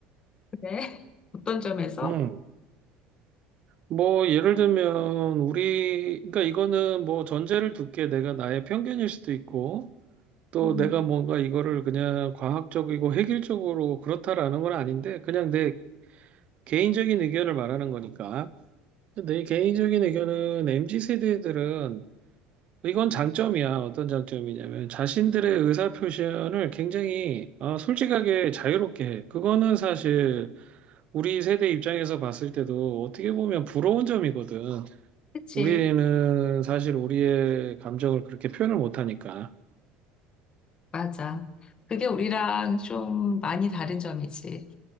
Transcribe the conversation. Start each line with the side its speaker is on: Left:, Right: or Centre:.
Left: 그래? <laughs> 어떤 점에서?
Right: 음. 뭐, 예를 들면, 우리, 그러니까 이거는 뭐 전제를 두게 내가 나의 편견일 수도 있고, 또
Left: 음,
Right: 내가 뭔가 이거를 그냥 과학적이고 획일적으로 그렇다라는 건 아닌데, 그냥 내 개인적인 의견을 말하는 거니까. 내 개인적인 의견은 MZ 세대들은 이건 장점이야. 어떤 장점이냐면 자신들의 의사 표현을 굉장히 아, 솔직하게 자유롭게 해. 그거는 사실 우리 세대 입장에서 봤을 때도 어떻게 보면 부러운 점이거든.
Left: 그치.
Right: 우리는 사실 우리의 감정을 그렇게 표현을 못하니까.
Left: 맞아. 그게 우리랑 좀 많이 다른 점이지.